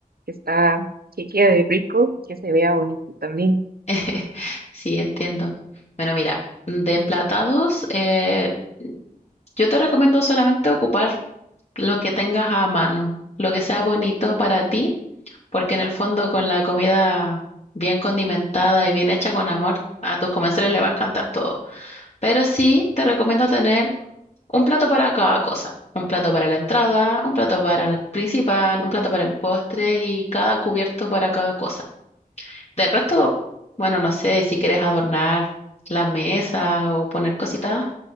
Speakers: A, on the right; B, on the left.
A: que está, que quede rico, que se vea bonito también.
B: <laughs> Sí, entiendo. Bueno, mira, de emplatados, eh, yo te recomiendo solamente ocupar lo que tengas a mano, lo que sea bonito para ti, porque en el fondo con la comida bien condimentada y bien hecha con amor, a tus comensales le va a encantar todo. Pero sí te recomiendo tener un plato para cada cosa. Un plato para la entrada, un plato para el principal, un plato para el postre y cada cubierto para cada cosa. Del resto, bueno, no sé si quieres adornar la mesa o poner cositas.